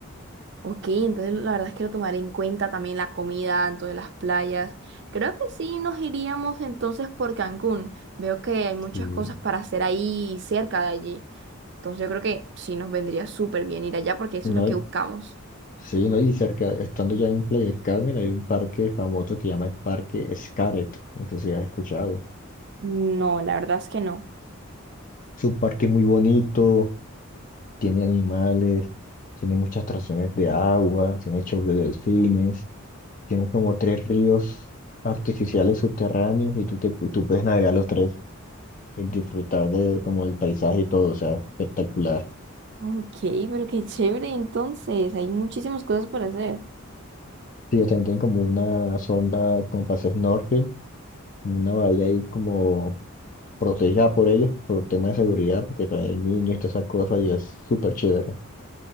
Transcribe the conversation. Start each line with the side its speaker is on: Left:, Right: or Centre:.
Right: Ok, entonces la verdad es que lo tomaré en cuenta también la comida, entonces las playas. Creo que sí nos iríamos entonces por Cancún. Veo que hay muchas
Left: Sí,
Right: cosas para hacer ahí cerca de allí. Entonces yo creo que sí nos vendría súper bien ir allá porque eso
Left: no,
Right: es lo que
Left: y-
Right: buscamos.
Left: sí, no, y cerca, estando ya en Playa del Carmen, hay un parque famoso que se llama el Parque Xcaret, no sé si has escuchado.
Right: No, la verdad es que no.
Left: Es un parque muy bonito, tiene animales, tiene muchas atracciones de agua, tiene shows de delfines, tiene como tres ríos artificiales subterráneos y tú, te, tú puedes navegar los tres y disfrutar de como el paisaje y todo, o sea, espectacular.
Right: Ok, pero qué chévere, entonces, hay muchísimas cosas por hacer.
Left: Sí, también tienen como una zona como para hacer snorkel, una bahía ahí como protegida por ellos por tema de seguridad, porque también hay niños y todas esas cosas y es súper chévere.